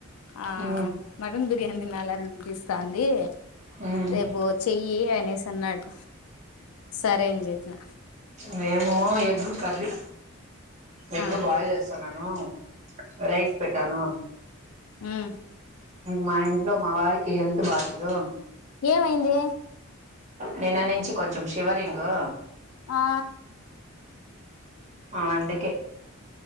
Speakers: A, on the left; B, on the right.
A: ఆ
B: మ్మ్
A: మటన్ బిర్యా ఏం తినాళనినిపిస్తాంది
B: మ్మ్
A: రేపు చెయ్యి అనేసి అన్నాడు సరే అని చెప్పిన
B: మేము ఎగ్ కర్రీ ఎగ్
A: ఆ
B: బాగా చేస్తానను అవు రైస్ పెట్టాను
A: ఉహ్
B: మా ఇంట్లో మా వారికి హెల్త్ బాలేదు
A: ఏమైంది
B: నిన్న నుంచి కొంచెం శివరింగు
A: ఆ
B: ఆ అందుకే